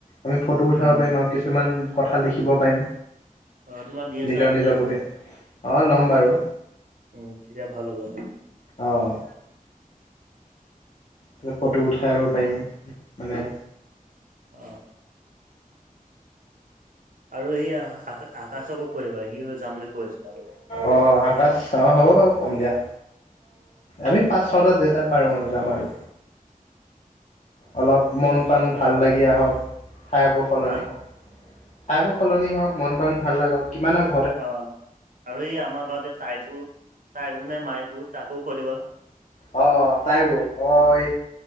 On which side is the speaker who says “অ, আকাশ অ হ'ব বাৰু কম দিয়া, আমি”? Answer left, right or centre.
Left